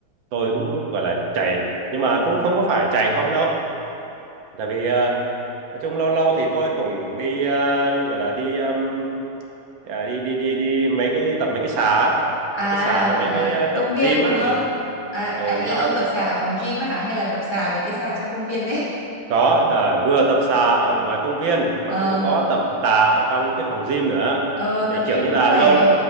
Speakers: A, on the right; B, on the left.
A: tôi cũng gọi là chạy nhưng mà cũng không có phải chạy không đâu tại vì ờ, nói chung lâu lâu thì tôi cũng đi ờ, gọi là đi ừm, à, đi đi đi đi mấy cái tập mấy cái xà á.
B: À,
A: mấy cái xà với mấy
B: à,
A: cái ờ,
B: công
A: tập
B: viên
A: gym á
B: đúng không?
A: ở
B: À,
A: ở
B: à, ý
A: nó
B: là ông tập xà ở phòng gym á hả? Hay là tập xà mấy cái xà trong công viên đấy?
A: có ờ, vừa tập xà ở ngoài công viên mà
B: Ờ,
A: cũng có tập tạ ở trong cái phòng gym nữa
B: ờ,
A: thì
B: tập gym
A: kiểu như
B: cũng
A: là
B: khỏe.
A: lâu